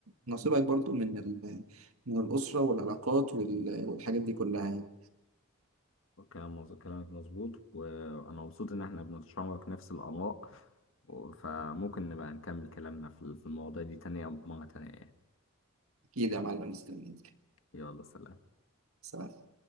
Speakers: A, on the right (about 85°); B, on the left (about 65°).
A: نصيبك برضو من ال... من الأسرة والعلاقات وال... والحاجات دي كلها يعني.
B: كلام مظ- كلامك مظبوط وانا مبسوط ان احنا بنتشارك نفس الاراء و- فممكن نبقى نكمل كلامنا في في المواضيع دي تانية مرة تانية يعني.
A: أكيد يا معلم مستنيك
B: يلا سلام
A: سلام